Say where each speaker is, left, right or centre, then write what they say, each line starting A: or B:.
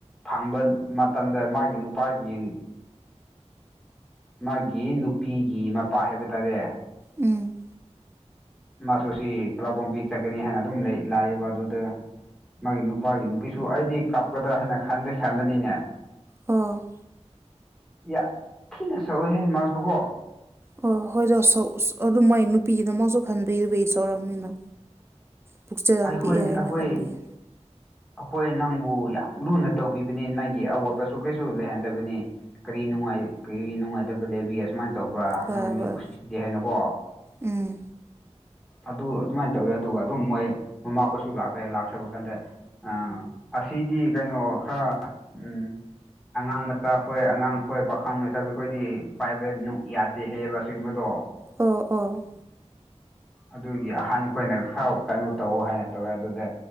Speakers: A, in the centre; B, on the right.
A: ꯐꯪꯕ ꯃꯇꯝꯗ ꯃꯥꯒꯤ ꯅꯨꯄꯥꯒꯤ ꯃꯥꯒꯤ ꯅꯨꯄꯤꯒꯤ ꯃꯄꯥ ꯍꯥꯏꯕ ꯇꯥꯔꯦ
B: ꯎꯝ
A: ꯃꯥꯁꯨ ꯁꯤ ꯀꯂꯥꯇꯣꯝꯕꯤ ꯆꯠꯀꯅꯤ ꯍꯥꯏꯅ ꯑꯗꯨꯝ ꯂꯥꯛꯑꯌꯦꯕ ꯑꯗꯨꯗ ꯃꯥꯒꯤ ꯅꯨꯄꯥꯒꯤ ꯅꯨꯄꯤꯁꯨ ꯑꯩꯗꯤ ꯀꯥꯞꯒꯗ꯭ꯔꯥ ꯍꯥꯏꯅ ꯈꯟꯗꯤ ꯈꯟꯕꯅꯤꯅꯦ
B: ꯑ‍ꯣ
A: ꯌꯥ ꯊꯤꯅ ꯁꯧꯋꯦ ꯍꯥꯏ ꯃꯥꯁꯨ ꯀꯣ
B: ꯑꯣ ꯍꯣꯏꯗ ꯑꯗꯨ ꯃꯥꯏ ꯅꯨꯄꯤꯒꯤꯅ ꯃꯥꯁꯨ ꯈꯟꯕꯤ ꯑꯗꯨꯕ ꯁꯧꯔꯝꯅꯤꯅ ꯄꯨꯛꯆꯦꯜ ꯑꯃ
A: ꯑꯩꯈꯣꯏ
B: ꯄꯤꯛꯑꯦ ꯍꯥꯏꯅ
A: ꯑꯩꯈꯣꯏ
B: ꯈꯟꯕꯤꯌꯦ
A: ꯑꯩꯈꯣꯏ ꯅꯪꯕꯨ ꯌꯥꯝ ꯂꯨꯅ ꯇꯧꯕꯤꯕꯅꯤ ꯅꯪꯒꯤ ꯑꯋꯥꯠꯄꯁꯨ ꯀꯩꯁꯨ ꯂꯩꯍꯟꯗꯕꯅꯤ ꯀꯔꯤꯅꯅꯨꯡꯉꯥꯏ ꯀꯔꯤꯅꯅꯨꯡꯉꯥꯏꯇꯕ ꯂꯩꯦꯕꯤ ꯑꯁꯃ ꯇꯧꯕ꯭ꯔꯥ
B: ꯍꯣꯏ
A: ꯅꯪ ꯃꯤ
B: ꯍꯣꯏ
A: ꯎꯠꯁꯤꯗꯦ ꯍꯥꯏꯅꯀꯣ
B: ꯎꯝ
A: ꯑꯗꯨ ꯑꯗꯨꯃꯥꯏꯅ ꯇꯧꯔꯦ ꯑꯗꯨꯒ ꯑꯗꯨꯝ ꯃꯣꯏ ꯃꯃꯥꯈꯣꯏꯁꯨ ꯂꯥꯛꯈ꯭ꯔꯦ ꯂꯥꯛꯈ꯭ꯔꯕ ꯀꯥꯟꯗ ꯑꯝ ꯑꯁꯤꯗꯤ ꯀꯩꯅꯣ ꯈꯔ ꯎꯝ ꯑꯉꯥꯡ ꯃꯆꯥ ꯈꯣꯏ ꯑꯉꯥꯡ ꯈꯣꯏ ꯄꯥꯈꯪ ꯂꯩꯁꯥꯕꯤꯈꯣꯏꯗꯤ ꯄꯥꯏꯕ ꯌꯥꯗꯦ ꯍꯩꯌꯦꯕ ꯑꯁꯤꯒꯨꯝꯕꯗꯣ
B: ꯑꯣ ꯑꯣ
A: ꯑꯗꯨꯒꯤ ꯑꯍꯥꯟ ꯈꯈꯣꯏꯅ ꯈꯔ ꯀꯩꯅꯣ ꯇꯧꯋ ꯍꯥꯏꯅ ꯇꯧꯋꯦ ꯑꯗꯨꯗ